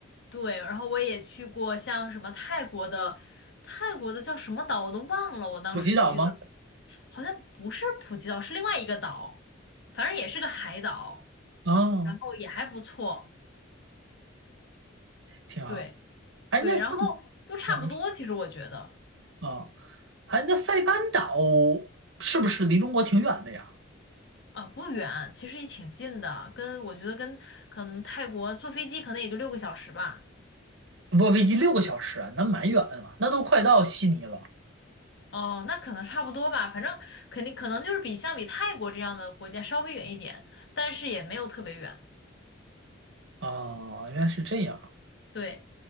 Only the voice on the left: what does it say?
对，然后我也去过像什么泰国的，泰国的叫什么岛我都忘了，我当时去的
好像不是普吉岛，是另外一个岛，反正也是个海岛，
然后也还不错，
对
对，
然后都差不多，
其实我觉得。
啊，不远，其实也挺近的，跟我觉得跟可能泰国坐飞机可能也就六个小时吧。
哦，那可能差不多吧，反正肯定可能就是比相比泰国这样的国家稍微远一点，但是也没有特别远。
对。